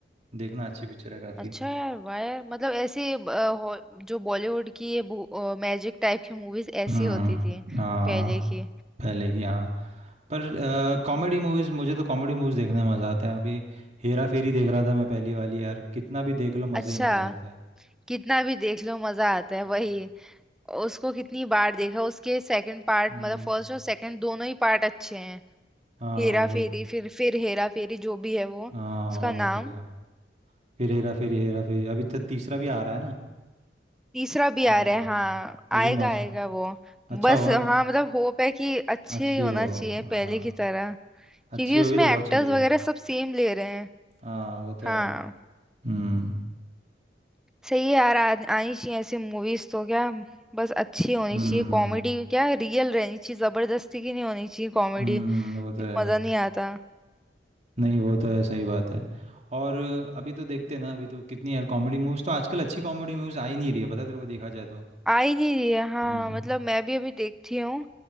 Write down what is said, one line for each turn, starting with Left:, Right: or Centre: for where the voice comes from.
Right: देखना अच्छी पिक्चर है काफी
Centre: अच्छा यार वाह यार मतलब ऐसे ब- अ, हो- जो बॉलीवुड की ये मैजिक टाइप की मूवीज ऐसी
Right: हम्म
Centre: होती थी
Right: हाँ
Centre: पहले की
Right: पहले की हाँ पर कॉमेडी
Centre: हम्म,
Right: मूवीज मुझे तो कॉमेडी मूवीज देखने में मज़ा आता है अभी हेरा फेरी देख रहा था मैं पहली वाली यार कितना भी देख लो मज़ा
Centre: अच्छा
Right: ही मज़ा आता है
Centre: कितना भी देख लो मजा आता है
Right: हम्म
Centre: वही उसको कितनी बार देखा उसके सेकंड पार्ट
Right: हम्म,
Centre: मतलब फर्स्ट और सेकंड दोनों ही पार्ट अच्छे हैं
Right: हाँ
Centre: हेरा
Right: वही
Centre: फेरी फिर फिर हेरा फेरी जो भी है वो उसका
Right: हाँ और नहीं
Centre: नाम
Right: तो क्या फिर हेरा फेरी हेरा फेरी अभी तो तीसरा भी आ रहा है ना
Centre: तीसरा भी आ
Right: हाँ
Centre: रहा है हाँ
Right: वो
Centre: आएगा
Right: भी मस्त
Centre: आएगा वो
Right: अच्छा
Centre: बस
Right: हो ना,
Centre: हाँ मतलब होप है कि अच्छे
Right: अच्छी
Centre: ही होना
Right: हो
Centre: चाहिए
Right: हाँ
Centre: पहले की तरह
Right: अच्छी
Centre: क्योंकि
Right: होगी
Centre: उसमें
Right: तो बहुत
Centre: एक्टर्स
Right: चलेगी
Centre: वगैरह सब सेम ले रहे हैं
Right: हाँ वो तो
Centre: हाँ
Right: है हम्म
Centre: सही है यार आ, आनी चाहिए ऐसी मूवीज तो क्या बस अच्छी होनी
Right: हम्म
Centre: चाहिए कॉमेडी क्या रियल रहनी चाहिए जबरदस्ती की नहीं होनी चाहिए
Right: हम्म
Centre: कॉमेडी
Right: वो तो है
Centre: मजा नहीं आता
Right: नहीं वो तो है सही बात है और अभी तो देखते हैं ना अभी तो कितनी यार कॉमेडी मूवीज तो आजकल अच्छी कॉमेडी मूवीज आ ही नहीं रही है पता है तेरे को देखा जाए तो
Centre: आ ही नहीं रही है हाँ
Right: हम्म
Centre: मतलब मैं भी अभी देखती हूँ